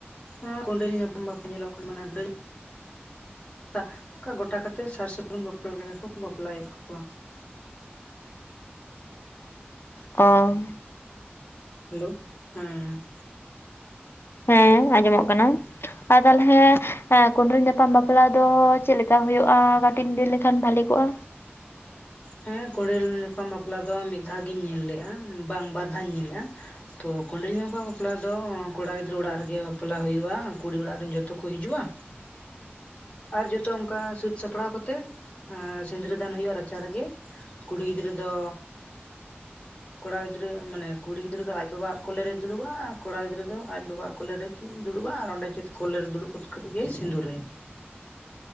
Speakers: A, on the left; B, on the left.
A: ᱚᱸ ᱠᱚᱸᱰᱮᱞ ᱧᱟᱯᱟᱢ ᱵᱟᱯᱞᱟ ᱧᱮᱞᱚᱜ ᱠᱟᱱᱟ ᱢᱟᱱᱮ ᱜᱟᱹᱭ <inaudible> ᱜᱚᱴᱟ ᱠᱟᱛᱮᱜ ᱥᱟᱨ ᱥᱟᱹᱜᱩᱱ ᱵᱟᱯᱞᱟ ᱞᱮᱠᱟ‌ ᱜᱮ ᱠᱚ ᱵᱟᱯᱞᱟᱭᱮᱫ ᱠᱚᱣᱟ᱾
B: ᱚ
A: ᱦᱮᱞᱳᱣ ᱦᱮᱸ᱾
B: ᱦᱮᱸ ᱟᱸᱡᱚᱢᱚᱜ ᱠᱟᱱᱟ᱾ ᱟᱨ ᱛᱟᱞᱦᱮᱸ ᱠᱚᱸᱰᱮᱞ ᱧᱟᱯᱟᱢ ᱵᱟᱯᱞᱟ ᱫᱚ ᱪᱮᱫ ᱞᱮᱠᱟ ᱦᱩᱭᱩᱜ-ᱟ ᱠᱟᱴᱤᱡ ᱮᱢ ᱞᱟᱹᱭ ᱞᱮᱠᱷᱟᱱ ᱵᱷᱟᱞᱤ ᱠᱚᱜ-ᱟ᱾
A: ᱦᱮᱸ ᱠᱚᱸᱰᱮᱞ ᱧᱟᱯᱟᱢ ᱵᱟᱯᱞᱟ ᱫᱚ ᱢᱤᱫ ᱫᱷᱟᱣ ᱜᱤᱧ ᱧᱮᱞ ᱞᱮᱜ-ᱟ ᱵᱟᱝ ᱵᱟᱨ ᱫᱷᱟᱣ ᱤᱧ ᱧᱮᱞ ᱞᱮᱜ-ᱟ᱾ ᱛᱚ ᱠᱚᱸᱰᱮᱞ ᱧᱟᱯᱟᱢ ᱵᱟᱯᱞᱟ ᱫᱚ ᱚᱸᱻ ᱠᱚᱲᱟ ᱜᱤᱫᱽᱨᱟᱹ ᱚᱲᱟᱜ ᱨᱮᱜᱮ ᱵᱟᱯᱞᱟ ᱦᱩᱭᱩᱜ-ᱟ ᱠᱩᱲᱤ ᱚᱲᱟᱜ ᱨᱮᱱ ᱡᱚᱛᱚ ᱠᱚ ᱦᱤᱡᱩᱜ-ᱟ᱾
B: <inaudible>
A: ᱟᱨ ᱡᱚᱛᱚ ᱚᱱᱠᱟ ᱥᱟᱹᱛ ᱥᱟᱯᱲᱟᱣ ᱠᱟᱛᱮᱫ ᱮᱸᱻ ᱥᱤᱸᱫᱽᱨᱟᱹ ᱫᱷᱟᱱ ᱦᱩᱭᱩᱜ-ᱟ ᱨᱟ ᱪᱟ ᱨᱮᱜᱮ ᱠᱩᱲᱤ ᱜᱤᱫᱽᱨᱟᱹ ᱫᱚ ᱠᱚᱲᱟ ᱜᱤᱫᱽᱨᱟᱹ ᱢᱟᱱᱮ ᱠᱩᱲᱤ ᱜᱤᱫᱽᱨᱟᱹ ᱫᱚ ᱟᱡ ᱵᱟᱵᱟᱣᱟᱜ ᱠᱚᱞᱮ ᱨᱮᱭ ᱫᱩᱲᱩᱵ-ᱟ ᱟᱨ ᱠᱚᱲᱟ ᱜᱤᱫᱽᱨᱟᱹ ᱫᱚ ᱟᱡ ᱵᱟᱵᱟᱣᱟᱜ ᱠᱚᱞᱮ ᱨᱮ <unintelligible> ᱫᱩᱲᱩᱵ-ᱟ ᱟᱨ ᱚᱸᱰᱮ ᱪᱮᱫ ᱠᱚᱞᱮ ᱨᱮ ᱫᱩᱲᱩᱵ ᱠᱷᱚᱛ ᱠᱟᱛᱮ ᱜᱮᱭ ᱥᱤᱸᱫᱩᱨᱟᱭᱟ᱾